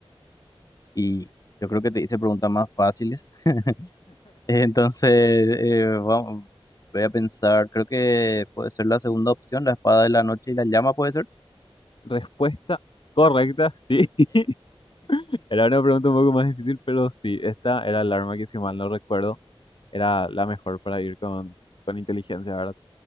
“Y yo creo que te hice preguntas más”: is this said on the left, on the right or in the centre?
Left